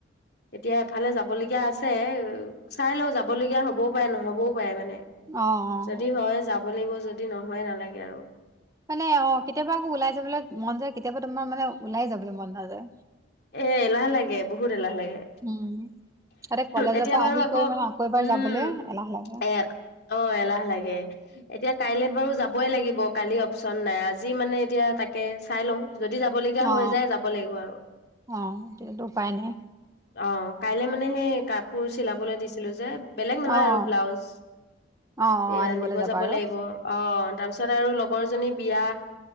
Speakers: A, on the left; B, on the right.
A: এতিয়া এফালে যাবলগীয়া আছে। চাই লও যাবলগীয়া হ'বও পাৰে নহ'বও পাৰে মানে।
B: অ অ
A: যদি হয় যাব লাগিব যদি নহয় নালাগে আৰু।
B: মানে, অ' কেতিয়াবা আকৌ ওলাই যাবলে মন যায় কেতিয়াবা তোমাৰ মানে ওলাই যাবলে মন নাযায়।
A: এ এলাহ লাগে বহুত এলাহ লাগে।
B: উম তাতে কলেজৰ
A: এতিয়া
B: পৰা
A: বাৰু
B: আহি
A: আকৌ'
B: কৰি মানে এবাৰ
A: উম'
B: যাবলৈ এলাহ লাগে
A: এ- অ' এলাহ লাগে। এতিয়া কাইলে বাৰু যাবই লাগিব কালি অপচন নাই আজি মানে এতিয়া তাকে চাই লওঁ। যদি যাবলগীয়া
B: অ
A: হৈ যায় যাব লাগিব আৰু।
B: অ' এতিয়াতো উপায় নাই।
A: অ' কাইলৈ মানে সেই কাপোৰ চিলাবলৈ দি ছিলো যে বেলেগ নহয়
B: অ
A: আৰু
B: অ
A: ব্লাউজ,
B: অ অ
A: এই
B: আনিবলৈ
A: আনিব
B: যাবা
A: যাব
B: আৰু
A: লাগিব। অ' তাৰপিছত আৰু লগৰজনী বিয়া,